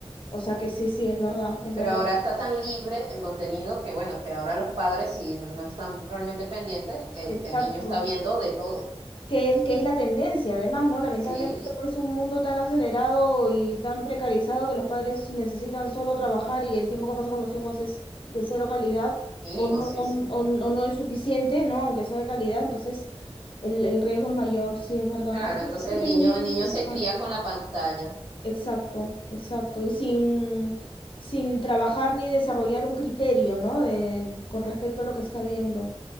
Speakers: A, on the left; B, on the right.
A: O sea que sí, sí, es verdad, es
B: Pero
A: verdad.
B: ahora está tan libre el contenido que, bueno, que ahora los padres, si no están realmente pendientes, el,
A: Exacto.
B: el niño está viendo de todo.
A: que es, que es la tendencia, además, ¿no? Lamentablemente,
B: Sí,
A: por es un mundo tan acelerado y tan precarizado que los padres necesitan solo trabajar y el tiempo que pasa con los hijos es de cero calidad
B: mínimo,
A: o no,
B: sí,
A: o,
B: sí.
A: o- o no es suficiente, ¿no? Aunque sea de calidad, entonces el, el riesgo es mayor, sí, es verdad.
B: Claro,
A: Este,
B: entonces
A: este
B: el
A: tema
B: niño,
A: es bien
B: el
A: interesante.
B: niño se cría con la pantalla.
A: Exacto,
B: Ujú.
A: exacto. Y sin, sin trabajar ni desarrollar un criterio, ¿no? De, con respecto a lo que está viendo.